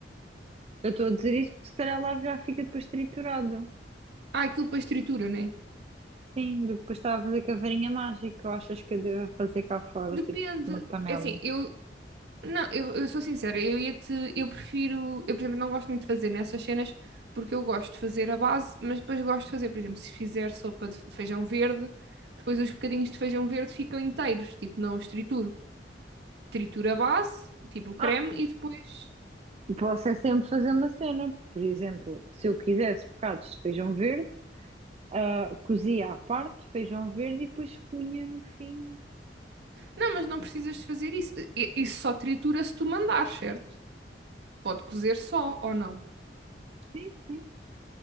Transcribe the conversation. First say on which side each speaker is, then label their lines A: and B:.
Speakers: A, on the right; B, on the right.
A: eu estou a dizer isso porque se calhar lá já fica depois triturado.
B: Ah, aquilo depois tritura, né?
A: Sim, depois estava a fazer com a varinha mágica. Ou achas que eu devo fazer cá fora,
B: Depende.
A: tipo, uma panela?
B: É assim, eu. Não, eu, eu sou sincera, eu ia-te. Eu prefiro. Eu, por exemplo, não gosto muito de fazer nessas cenas porque eu gosto de fazer a base, mas depois gosto de fazer, por exemplo, se fizer sopa de feijão verde, depois os bocadinhos de feijão verde ficam inteiros, tipo, não os trituro. tritura a base, tipo o creme,
A: Ah,
B: e depois.
A: posso é sempre fazer uma cena. Por exemplo, se eu quisesse bocados de feijão verde, ah, cozia à parte feijão verde e depois punha no fim.
B: Não, mas não precisas de fazer isso. I- Isso só tritura se tu mandar, certo? Pode cozer só ou não.
A: Sim, sim,